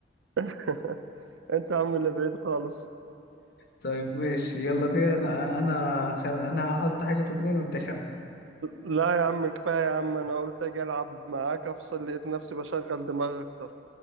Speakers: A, on the right; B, on the left.
A: <laughs> انت يا عم اللي بعيد خالص
B: طيب ماشي يلا بينا انا انا خ... انا هحط حاجة في دماغي وانت خم
A: لا يا عم كفايه يا عم انا قلت اجي العب معاك افصل لقيت نفسي بشغل دماغي اكتر